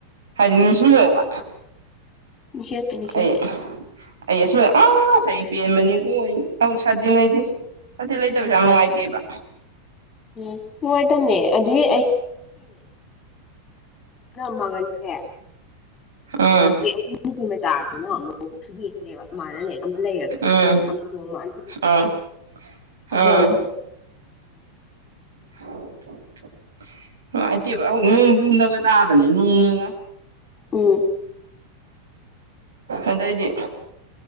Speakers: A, on the right (about 65°); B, on the left (about 20°).
A: ꯍꯥꯏꯗꯤ ꯅꯤꯡꯁꯤꯡꯂꯕ
B: ꯅꯤꯡꯁꯤꯡꯉꯛꯀꯦ ꯅꯤꯡꯁꯤꯡꯉꯛꯀꯦ
A: ꯑ ꯑꯁ ꯑ ꯄꯦꯟꯕꯅꯤ ꯀꯣꯏ ꯁꯥꯗꯤ ꯂꯩꯇꯦ ꯁꯗꯤ ꯂꯩꯇꯕꯁꯨ ꯌꯥꯝ ꯅꯨꯡꯉꯥꯏꯇꯦꯕ
B: ꯎꯝ ꯅꯨꯡꯉꯥꯏꯇꯕꯅꯦ ꯑꯗꯨꯏ ꯀ ꯃ ꯉꯟ꯭ꯔꯦ
A: ꯎꯝ
B: ꯑꯗꯒꯤ ꯑꯩꯈꯣꯏ ꯅꯨꯄꯤ ꯃ ꯆꯥꯗꯨꯅ ꯑꯃꯨꯛ ꯊꯨꯗꯤ ꯐꯔꯦꯕ ꯃꯥꯅꯅꯦ ꯑꯃ ꯂꯩꯔꯕꯅꯦꯕ
A: ꯎꯝ
B: ꯑꯃꯗ ꯃꯥꯥꯟꯈꯤꯗ ꯈꯔꯦ
A: ꯑꯥ ꯑꯥ
B: ꯑꯗꯦꯅꯦ ꯍ
A: ꯍ ꯍ ꯅꯨꯡꯉꯥꯏꯇꯦꯕ ꯍꯧꯛ ꯅꯨꯡ ꯂꯒ ꯇꯥꯕꯅꯤꯅ ꯑꯒ
B: ꯎꯝ
A: ꯑꯗꯥꯏꯗꯤ